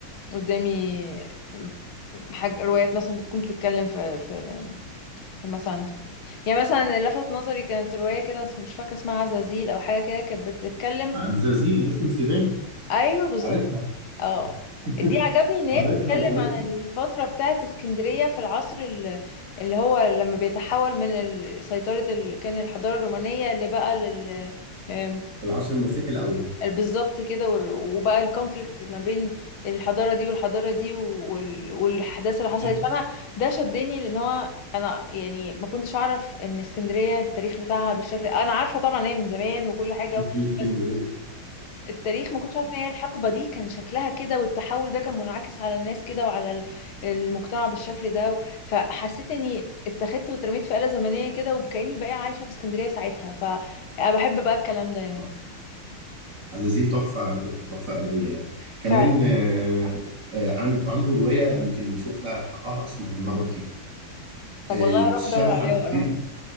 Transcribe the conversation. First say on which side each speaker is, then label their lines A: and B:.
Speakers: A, on the left; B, on the right.
A: قدامي حاجة روايات مثلا بتكون بتتكلم في في في مثلا في يعني مثلا اللي لفت نظري كانت روايه كده اسم- مش فاكره اسمها عزازيل او حاجه كده كانت بتتكلم
B: عن زلازل يوسف السودان
A: ايوه بالظبط
B: قريتها
A: اه
B: <laughs>
A: دي عجبني ان هي
B: قريتها
A: بتتكلم
B: وقريت
A: عن الفترة بتاعت اسكندرية في العصر ال- اللي هو لما بيتحول من ال- سيطرة ال... كان الحضارة الرومانية اللي بقى لل آم،
B: العصر المسيحي الاول
A: بالظبط كده وال- وبقى الكونفليكت ما بين الحضارة دي والحضارة دي وال... والأحداث اللي حصلت
B: <laughs>
A: فأنا ده شدني لأن هو أنا يعني ما كنتش أعرف إن اسكندرية التاريخ بتاعها بالشكل أنا عارفة طبعا هي من زمان وكل حاجة
B: من اسكندريه
A: بس التاريخ ما كنتش عارفه ان هي الحقبه دي كان شكلها كده والتحول ده كان منعكس على الناس كده وعلى ال- المجتمع بالشكل ده فحسيت اني اتخذت واترميت في آلة زمنيه كده وكاني بقى عايشه في اسكندريه ساعتها فبحب بقى الكلام ده يعني
B: آه، عزازيل تحفة على فكرة تحفة أدبية يعني كمان
A: فعلا
B: آه، آه، عنده عنده رواية يمكن مش واخدة حقها اسمها النبطي
A: طب
B: آه،
A: والله هروح
B: شبه
A: ادور عليها
B: عزازيل
A: واقراها